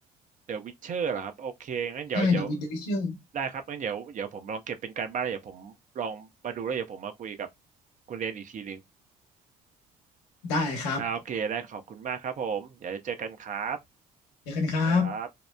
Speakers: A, on the right; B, on the left.
A: เดี๋ยววิเชอร์เหรอครับโอเคงั้นเดี๋ยวเดี๋ยว
B: ใช่ The Wit- The Witcher
A: ได้ครับงั้นเดี๋ยวเดี๋ยวผมลองเก็บเป็นการบ้านแล้วเดี๋ยวผมลองมาดูแล้วเดี๋ยวผมมาคุยกับคุณเรนอีกทีหนึ่ง
B: ได้ครับ
A: อ่าโอเคได้ขอบคุณมากครับผมเดี๋ยวเจอกันครับ
B: เดี๋ยวกันครับ
A: นะครับ